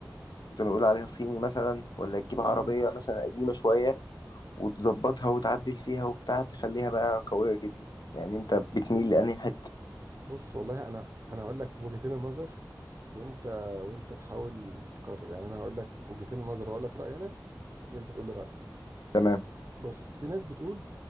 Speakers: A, on the left; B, on the right.
A: زي ما بيقولوا عليها صيني مثلا ولا تجيب عربية
B: مم.
A: مثلا قديمة شوية وتظبطها وتعدل فيها وبتاع تخليها بقى قوية جدا يعني انت بتميل لأنهي حتة
B: بص والله انا انا هقول لك وجهتين النظر وانت وانت تحاول تقرر يعني انا هقول لك وجهتين النظر وهقول لك رايي انا وانت تقول لي رايك
A: تمام
B: بص في ناس بتقول